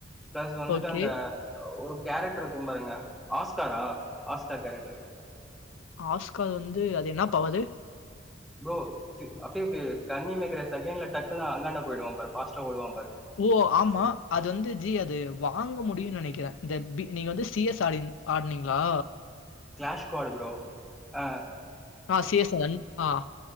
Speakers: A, in the centre; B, on the left.
A: ப்ளஸ் வந்துட்டு
B: ஓகே.
A: அந்த ஒரு கேரக்ட்ரு இருக்கு பாருங்க ஆஸ்காரா ஆஸ்கார் கேரக்ட்ரு
B: ஆஸ்கார் வந்து அது என்னா பவரு
A: ப்ரோ த்து அப்டே இப்டி கண்ணு இமைக்கிற செகண்ட்ல டக்குனு அந்தாண்ட பொயிடுவா பாரு பாஸ்டா ஓடுவா பாரு
B: ஓ ஆமா அது வந்து ஜி அது வாங்க முடியுனு நெனைக்கிறே இந்த பி நீங்க வந்து சீ எஸ் ஆடின் ஆட்னிங்ளா
A: கிளாஷ் காடு ப்ரோ அ
B: ஆ சி செசன் ஆ